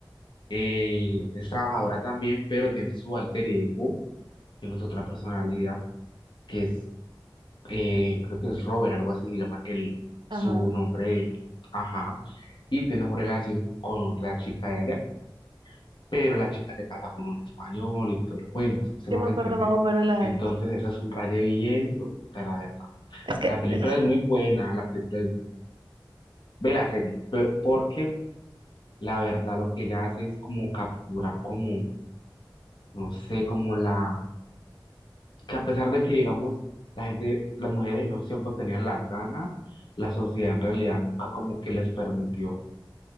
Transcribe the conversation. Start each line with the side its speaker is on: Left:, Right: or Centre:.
Left: eh, es trabajadora también, pero tiene su alter ego, que no es otra personalidad, que es, eh, creo que es Robert, algo así, se llama el, su
Right: Ajá.
Left: nombre, ajá, y tiene su relación con otra chica de allá. pero la chica se casa con un español y todo el cuento, ¿se
Right: Yo
Left: me
Right: me
Left: va
Right: acuerdo
Left: a entender?
Right: más o menos la
Left: Entonces,
Right: de-
Left: eso es un raye bien, puta, la verdad.
Right: Es que,
Left: La película
Right: es-
Left: es muy buena, la película es muy... Ve la serie, pe- porque la verdad lo que ella hace es como capturar como, no sé, como la... Que a pesar de que, digamos, la gente, las mujeres en esos tiempos tenían las ganas, la sociedad en realidad nunca como que les permitió